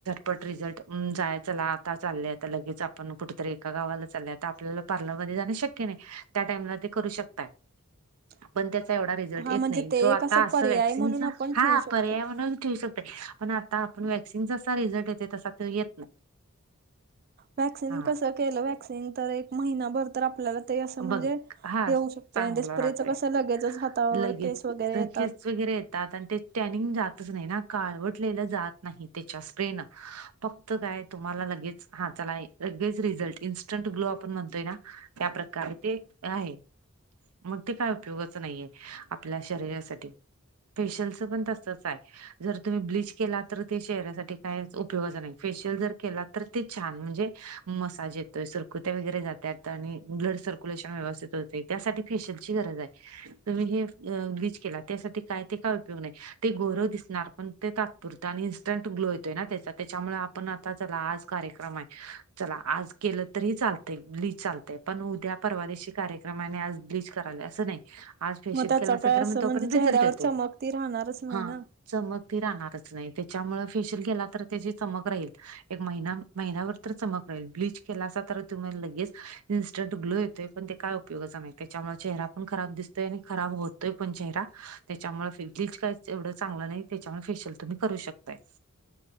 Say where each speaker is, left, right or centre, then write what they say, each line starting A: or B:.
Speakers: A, on the right (about 85°); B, on the right (about 45°).
A: पट रिझल्ट. अं जाया चला. आता चाललंय. आता लगेच आपण कुठेतरी, एका गावाला चालय. ता. आपल्याला पार्लरमध्ये जाण शक्य नाही. त्या टाइमला, ते करू शकताय.
B: <inaudible>
A: पण त्याचा एवढा रिझल्ट
B: हा
A: येत
B: म्हणजे
A: नाही.
B: ते
A: जो
B: एक
A: आता
B: असं
A: अस
B: पर्याय
A: वॅक्सिनचा.
B: म्हणून आपण
A: हा,
B: ठेवू शकतो
A: पर्याय म्हणून ठेऊ शक पण आता आपण वॅक्सिनचा जसा, रिझल्ट येतो. तसा येत नाही.
B: वॅक्सिन
A: हा
B: कसं, केलं वॅक्सिन, तर एक महिनाभर तर आपल्याला ते असं म्हणजे,
A: बघ हा
B: येऊ
A: चांगलं
B: शकतय. स्प्रेचं
A: राहते
B: कसं, लगेचच हातावर
A: लगेच
B: केस वगैरे येतात.
A: केस वगैरे येतात. आणि ते टॅनिंग जातच नाही ना. काळवटलेलं जात नाही. त्याच्या स्प्रेनं. फक्त काय? तुम्हाला लगेच हा चला, लगेच रिझल्ट. इन्स्टंट ग्लो आपण म्हणतोय ना. त्या प्रकारे ते आहे. मग ते काय उपयोगाच नाहीये. आपल्या शरीरासाठी. फेशलचं पण तसचाय. जर तुम्ही ब्लीच केला तर, ते चेहऱ्यासाठी कायच उपयोगाच नाही. फेशियल जर केला तर, ते छान म्हणजे मसाज येतोय. सरकुत्या वगैरे जात्यात. आणि ब्लड सर्क्युलेशन व्यवस्थित होते. त्यासाठी फेशियलची गरजाय. तुम्ही हे ब्लीच केला. त्यासाठी काय, ते काय उपयोग नाही. ते गोरं दिसणार. पण ते तात्पुरतं. आणि इन्स्टंट ग्लो येतोय ना, त्याचा त्याच्यामुळे आपण आ आता, चला आज कार्यक्रमाय चला आज केलं तरी चालतय. ब्लिच चालतेय. पण उद्या परवादिशी कार्य क्रमाने, आज ब्लीच कराले. असं नाही. आज फेशियल
B: मग त्याचा
A: केलासा,
B: काय
A: तर
B: असं
A: मग तो
B: म्हणजे
A: पर्यंत
B: चेहऱ्यावर
A: रिझल्ट येतोय.
B: चमक ती राहणारच नाही
A: हा.
B: ना
A: चमक ती राहणारच नाही. त्याच्यामूळं फेशियल केला तर, त्याची चमक राहील. एक महिना - महिनाभर तर चमक राहील. ब्लीच केला आसाल तर तुम्ही लगेच इन्स्टंट ग्लो येतोय. पण ते काय उपयोगाच नाही. त्याच्यामुळे चेहरा पण खराब दिसतोय. आणि खराब होत तो पण चेहरा. त्याच्यामुळे फे ब्लिच काहीच एवढं, चांगलं नाही. त्याच्यामुळे फेशियल तुम्ही करू शकताय.